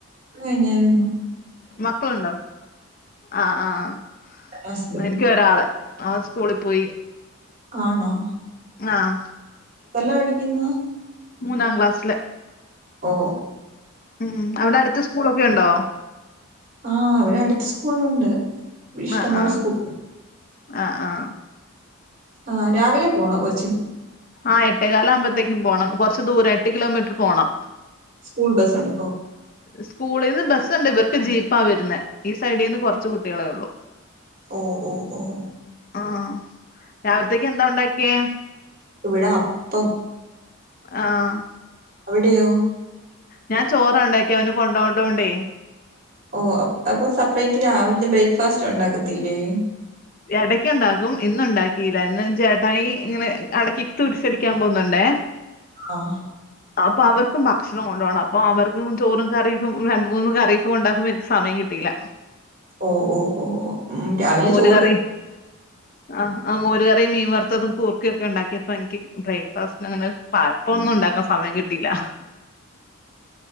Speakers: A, on the right (about 45°); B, on the left (about 40°).
A: കഴിഞ്ഞാരുന്നു
B: മക്കളുണ്ടോ ആ ആഹ്
A: ഹസ്ബൻഡ്
B: എനിക്ക് ഒരാള് അവൻ സ്കൂളിൽ പോയി
A: ആണോ
B: ആഹ്
A: എത്രയില പടിക്കുന്നു
B: മൂന്നാം ക്ലാസില്
A: ഓ
B: ഉം അവിടെ അടുത്ത സ്കൂളൊക്കെ ഉണ്ടോ
A: ആഹ് ഇവിടെ അടുത്ത സ്കൂളുണ്ട് ഇഷ്ടം
B: ആഹ്
A: പോലെ
B: ആഹ്
A: സ്കൂൾ
B: ആഹ് ആഹ്
A: ആഹ് രാവിലെ പോണോ കൊച്ചിന്
B: ആ എട്ടേകാൽ ആകുമ്പഴത്തേും പോണം കുറച്ച് ദൂരം എട്ട് കിലോമീറ്റർ പോകണം
A: സ്കൂൾ ബസ് ഒണ്ടോ
B: സ്കൂളിൽ നിന്ന് ബസുണ്ട് ഇവർക്ക് ജീപ്പാ വരുന്നേ ഈ സൈഡിൽന്ന് കുറച്ച് കുട്ടികളെ ഉള്ളു
A: ഓ ഓ ഓ
B: ആ രാവിലത്തേക്ക് എന്താ ഉണ്ടാക്കിയ
A: ഇവിടെ അപ്പം
B: ആഹ്
A: അവിടെയോ
B: ഞാൻ ചോറ് ഉണ്ടാക്കി അവന് കൊണ്ടോട്ടോണ്ടേ
A: ഓ അപ്പൊ സെപ്പറേറ്റ് രാവിലെ ബ്രേക്ക്ഫാസ്റ്റ് ഉണ്ടാക്കത്തില്ലേ
B: ഇടക്ക് ഉണ്ടാക്കും ഇന്ന് ഉണ്ടാക്കില്ല ഇന്ന് ചേട്ടായി ഇങ്ങനെ ഇടക്കക്ക് തുരിച്ചടിക്കാൻ പോുന്നുണ്ടേ
A: ആഹ്
B: അപ്പൊ അവർക്കും ഭക്ഷണം കൊണ്ടുപോണം അപ്പൊ അവർക്കും ചോറും കറിയൊക്കും രണ്ട് മൂന്നും കറിയൊക്കെ ഉണ്ടാക്കുമ്പോ എനിക്ക് സമയം കിട്ടിയില്ല
A: ഓ ഓ ഓ ഓ ഉം രാവിലെ ചോ
B: <unintelligible> കറി ആഹ് ആ മോരുകറിം മീൻ വറത്തതും കൂർക്കെയൊക്കെ ഇണ്ടാക്കിയപ്പോ എനിക്ക് ബ്രേക്ക്ഫാസ്റ്റ് ന് അങ്ങനെ പഴപ്പൊന്നും ഉണ്ടാക്കാൻ സമയം കിട്ടീല്ല.